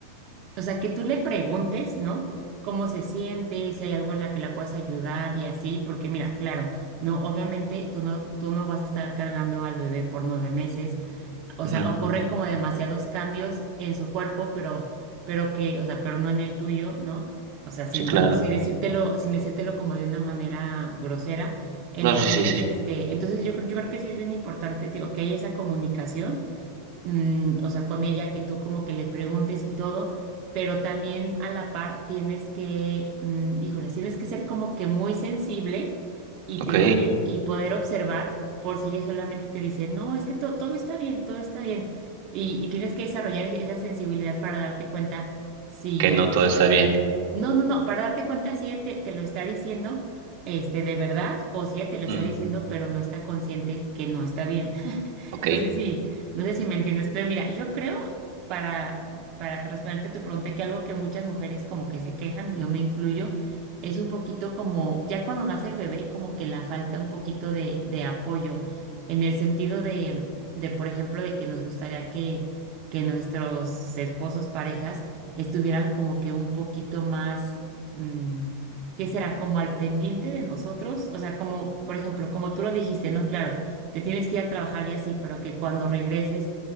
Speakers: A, on the right (about 45°); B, on the right (about 65°).
A: O sea, que tú le preguntes, ¿no? Cómo se siente, si hay algo en la que la puedes ayudar y así, porque mira, claro, no, obviamente tú no, tú no vas a estar cargando al bebé por nueve meses. O
B: Ujú,
A: sea, ocurren como demasiados cambios en su cuerpo, pero, pero que, o sea, pero no en el tuyo, ¿no? O sea, sin,
B: Sí, claro.
A: bueno, sin decírtelo, sin decírtelo como de una manera grosera. Entonces,
B: No, sí, sí, sí.
A: este, entonces yo creo, yo creo que sí es bien importante, digo, que haya esa comunicación mm, o sea, con ella, que tú como que le preguntes y todo, pero también a la par tienes que, mm, híjole, tienes que ser como que muy sensible y,
B: Ok,
A: ten- y, y poder observar por si ella solamente te dice, no, es que to- todo está bien, todo está bien. Y, y tienes que desarrollar es- esa sensibilidad para darte cuenta si,
B: que no todo está bien.
A: no, no, no, para darte cuenta si ella te, te lo está diciendo, este, de verdad, o si ella te lo está
B: Ujú,
A: diciendo, pero no está consciente que no está bien.
B: Ok,
A: No sé si, no sé si me entiendes, pero mira, yo creo, para, para que responderte a tu pregunta, que algo que muchas mujeres como que se quejan, y yo me incluyo, es un poquito como, ya cuando nace el bebé, como que la falta un poquito de, de apoyo, en el sentido de, de, por ejemplo, de que nos gustaría que, que nuestros esposos, parejas, estuvieran como que un poquito más, mm, ¿qué será? Como al pendiente de nosotros, o sea, como, por ejemplo, como tú lo dijiste, ¿no? Claro te tienes que ir a trabajar ya así, pero que cuando regreses,